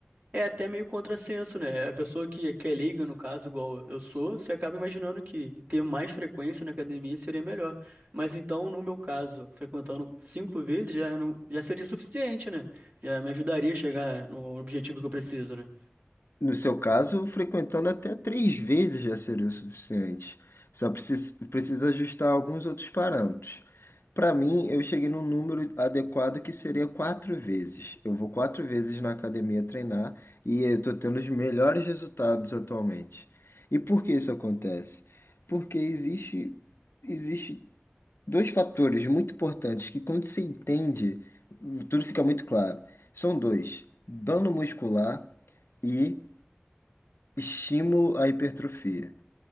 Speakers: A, on the right; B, on the left.
A: É até meio contrassenso, né? A pessoa que, é, que é leiga, no caso, igual eu sou, você acaba imaginando que ter mais frequência na academia seria melhor. Mas então, no meu caso, frequentando cinco vezes já, não, já seria suficiente, né? Já me ajudaria a chegar no objetivo que eu preciso, né?
B: No seu caso, frequentando até três vezes já seria o suficiente. Só precisa, precisa ajustar alguns outros parâmetros. Para mim, eu cheguei num número adequado que seria quatro vezes. Eu vou quatro vezes na academia treinar e eu estou tendo os melhores resultados atualmente. E por que isso acontece? Porque existe, existe Dois fatores muito importantes que, quando você entende, tudo fica muito claro. São dois: dano muscular e estímulo à hipertrofia.